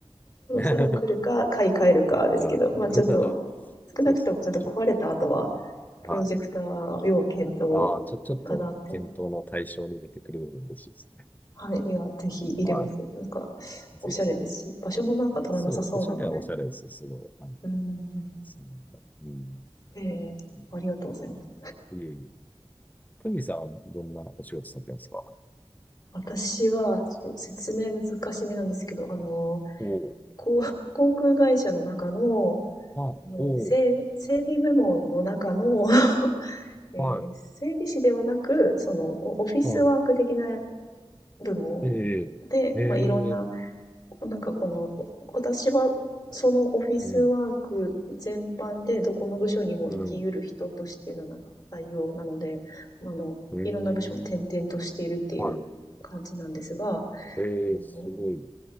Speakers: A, on the left (about 45°); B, on the left (about 15°).
A: そろそろ来るか、
B: <laughs>
A: 買い替えるかですけど、
B: はい。
A: まあちょっと、
B: <laughs>
A: 少なくともちょっと壊れた後は、
B: そうですね。ちょっと。
A: プロジェクター要検討
B: はい。ああ、ちょ、ちょっと検討の対象に入れてくれるの嬉しいですね。
A: かなって。はい。いや、ぜひ入れます。
B: は
A: なんか、
B: い。
A: おしゃれですし、
B: ぜひ。
A: 場所もなんか取らなさそうなので。
B: そう、おしゃれはおしゃれですよ。すごい。はい。
A: うんうん
B: いですね。うん。
A: うん。ええありがとうございます。
B: うんいえいえ。トミーさんはどんなお仕事されてるんですか
A: 私は、そう説明難しめなんですけど、あの、
B: おおー
A: こう航空会社の中の、
B: あ、
A: えー整整備部門の中の
B: おお、
A: えー整備士ではなく、
B: はい、
A: そのオオフィスワーク的な
B: は
A: 部門
B: い、ええ、
A: で、
B: え
A: まあ、いろんな、
B: え、
A: なんかこの、私はそのオフィスワーク全般でどこの部署にも生きうる人としてのなんか採用なので、
B: うん、うん、
A: まああの、
B: ええ、
A: いろんな部署を転々としているっていう感じなんですが、
B: はい、ええ、
A: えっと、
B: すごい、